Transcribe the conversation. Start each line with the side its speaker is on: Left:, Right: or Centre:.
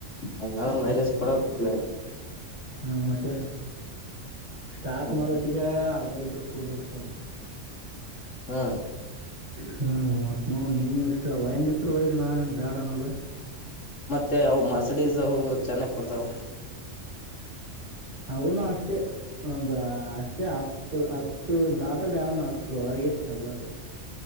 Left: ಹಂಗ ಮೈಲೇಜ್ ಕೊಡ ಫುಲ್ ಗಾಡಿ <unintelligible>
Right: ಹ್ಮ ಮತ್ತೆ ಸ್ಟಾರ್ಟ್
Left: ಹ್ಮ್
Right: ಮಾಡೊಟ್ಟಿಗೆ
Left: ಹ್ಮ್
Right: ಅರ್ಧ ಲೀಟರ್ ಕುಡ್ಬಲ್ಪು <inaudible>
Left: ಹ್ಮ
Right: ಹ್ಮ್ ಮತ್ ನೋ ನಿಮ್ ಇಷ್ಟ ವಯಂಗಿತ್ ವಯರಿ ನಾವೇಏನ್ ಬ್ಯಾಡನಲ್ಲ
Left: ಮತ್ತೆ ಅವು ಮರ್ಸಿಡೀಸ್ ಅವು ಚೆನ್ನಾಗ್ ಕೊಡ್ತಾವ
Right: ಅವನು ಅಷ್ಟೇ ಒಂದು ಅಷ್ಟೇ ಹತ್ತು ಹತ್ತು ದಾಟಲ್ ಯಾವನು ಹತ್ರ ಒಳಗೆ ಎಲ್ಲಟು